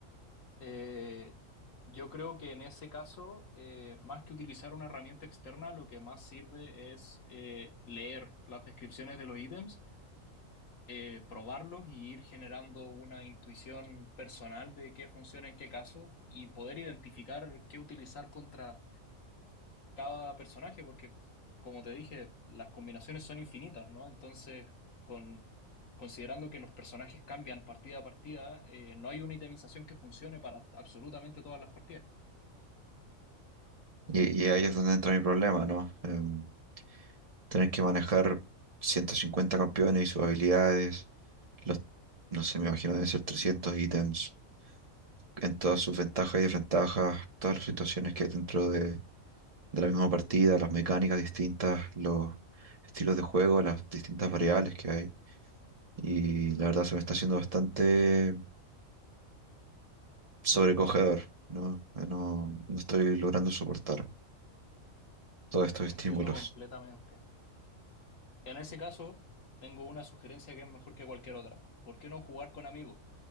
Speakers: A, on the left (about 75°); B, on the right (about 30°).
A: Eh, yo creo que en ese caso, eh, más que utilizar una herramienta externa, lo que más sirve es eh, leer las descripciones de los ítems, eh, probarlos y ir generando una intuición personal de qué funciona en qué caso y poder identificar qué utilizar contra cada personaje, porque como te dije, las combinaciones son infinitas, ¿no? Entonces, con... Considerando que los personajes cambian partida a partida, eh, no hay una itemización que funcione para absolutamente todas las partidas.
B: Y, y ahí es donde entra mi problema, ¿no? Em, tener que manejar 150 campeones y sus habilidades, los, no sé, me imagino deben ser 300 ítems, en todas sus ventajas y desventajas, todas las situaciones que hay dentro de de la misma partida, las mecánicas distintas, los estilos de juego, las distintas variables que hay. Y la verdad se me está haciendo bastante sobrecogedor, ¿no? No, no estoy logrando soportar todos estos estímulos.
A: Entiendo completamente. En ese caso, tengo una sugerencia que es mejor que cualquier otra. ¿Por qué no jugar con amigos?